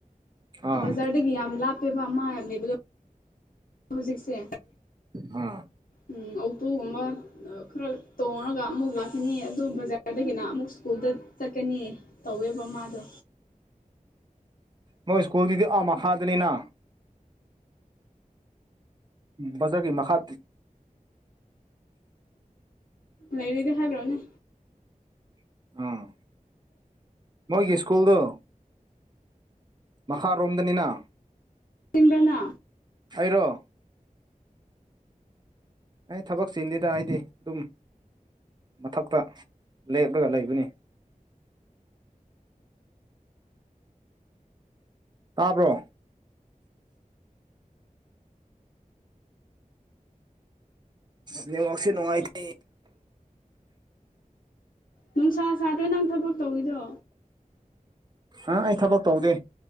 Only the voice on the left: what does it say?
ꯕꯖꯥꯔꯗꯒꯤ ꯌꯥꯝ ꯂꯥꯞꯄꯦꯕ ꯑꯃ ꯂꯩꯕꯗꯣ ꯍꯧꯖꯤꯛꯁꯦ
ꯎꯝ ꯑꯣꯄꯣꯒꯨꯝꯕ ꯈꯔ ꯇꯣꯡꯉꯒ ꯑꯃꯨꯛ ꯂꯥꯛꯀꯅꯤ ꯑꯗꯨ ꯕꯖꯥꯔꯗꯒꯤꯅ ꯑꯃꯨꯛ ꯁ꯭ꯀꯨꯜꯗ ꯆꯠꯀꯅꯤ ꯇꯧꯋꯦꯕ ꯃꯥꯗꯣ
ꯂꯩꯔꯤꯗꯤ ꯍꯥꯏꯒ꯭ꯔꯣꯅꯦ
ꯇꯤꯝꯕ꯭ꯔꯥꯅ
ꯅꯨꯡꯁꯥ ꯁꯥꯗ꯭ꯔ ꯅꯪ ꯊꯕꯛ ꯇꯧꯔꯤꯗꯣ꯫